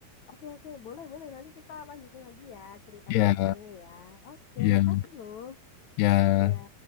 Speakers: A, on the left; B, on the left.
A: Oke, oke. Boleh, boleh. Nanti kita lanjutin lagi ya cerita-ceritanya
B: Ya,
A: ya. Oke,
B: ya,
A: makasih loh.
B: ya.
A: Ya.